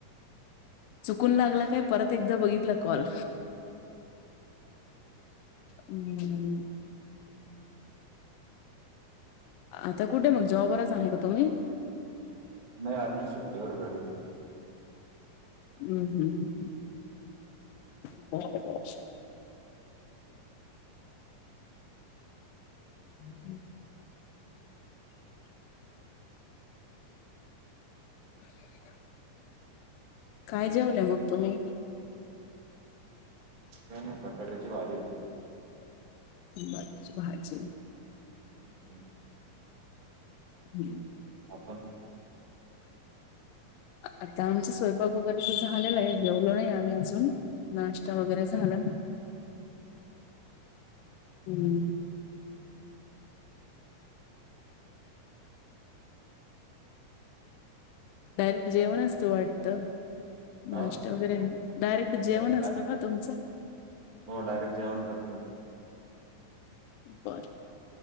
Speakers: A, on the left; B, on the right.
A: चुकून लागला काय परत एकदा बघितलं कॉल हम्म आता कुठे मग जॉबरच आहे का तुम्ही
B: नाही आलमी सुट्टीवरऔर घरी
A: हम्म हम्म ह् ह बरोबर बम् <inaudible> काय जेऊनय मग तुम्ही
B: नाही नाही बटाट्याची भाजी होती
A: बर श भाायज
B: अच्छा
A: ह.
B: आपण.
A: आता आमचं स्वयंपाकोगरीच झालेलं आहे, जेवलो नाही आम्ही अजून नाश्ता वगैरे झाला. हम्म. डायरेक्ट जेवण असतो वाटत
B: हा
A: नाष्ट्त, वगैरे डायरेक्ट जेवण
B: नाही
A: असतो.
B: डायरेक्ट
A: होतुमच <inaudible>
B: हो डायरेक्ट जेवण करतो.
A: बस.